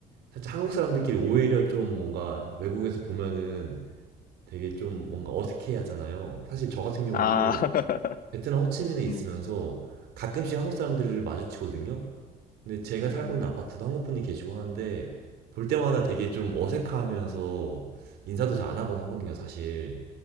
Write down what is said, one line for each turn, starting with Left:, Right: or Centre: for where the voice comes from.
Right: 살짝 한국 사람들끼리 오히려 좀 뭔가 외국에서 보면은 되게 좀 뭔가 어색해 하잖아요. 사실 저 같은 경우도
Left: 아, <laughs>
Right: 베트남 호치민에 있으면서
Left: 네.
Right: 가끔씩 한국 사람들을 마주치거든요. 근데 제가 살고
Left: 음,
Right: 있는 아파트도 한국 분이 계시고 하는데 볼 때마다 되게 좀 어색하면서 인사도 잘 안 하곤 하거든요, 사실.